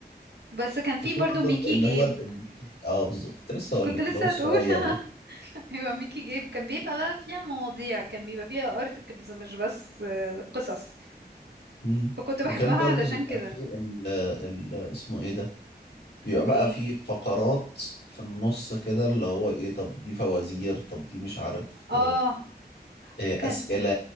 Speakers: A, on the right; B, on the left.
A: بس كان في
B: وفي
A: برضو
B: برضه
A: ميكي
B: اللي
A: جيب
B: هو ال- الميكي اه بالظبط كنت لسه
A: <laughs>
B: اقول
A: كنت
B: لك
A: لسه
B: اللي هو الصغير
A: هتقول <laughs>
B: ده
A: ايوه ميكي جيب كان بيبقى بقى فيها مواضيع كان بيبقى فيها ارتكلز مش بس آه، قصص
B: مم.
A: فكنت بحبها
B: وكان برضه
A: علشان
B: بيبقى
A: كده
B: فيه ال... ال... اسمه ايه ده بيبقى
A: ايه
B: بقى فيه فقرات في النص كده اللي هو ايه طب دي فوازير طب دي مش عارف
A: اه
B: آه،
A: كان
B: أسئلة